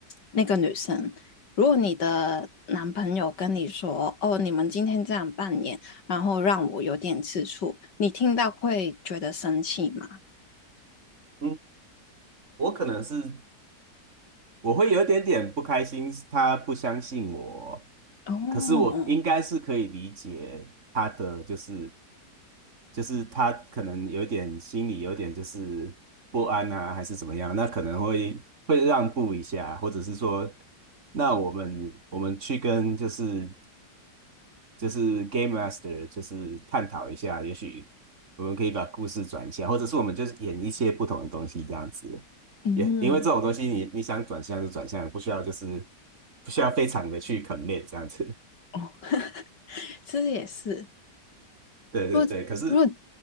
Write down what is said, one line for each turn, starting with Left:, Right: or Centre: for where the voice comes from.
Left: 那个女生，如果你的男朋友跟你说：“哦，你们今天这样扮演，然后让我有点吃醋”，你听到会觉得生气吗？
Right: <laughs> 嗯，我可能是我会有一点点不开心，他不相信我，
Left: 哦，
Right: 可是我应该是可以理解他的，就是就是他可能有点心里有点就是不安啊，还是怎么样，那可能会会让步一下，或者是说，那我们我们去跟就是就是 Game Master，就是探讨一下，也许我们可以把故事转一下，或者是我们就是演一些不同的东西这样子。
Left: 嗯，
Right: 也因为这种东西你，你想转向就转向，不需要就是不需要非常的去 commit 这样子。
Left: 哦，其实也是，
Right: <laughs> 对对对，
Left: 如果如果
Right: 可是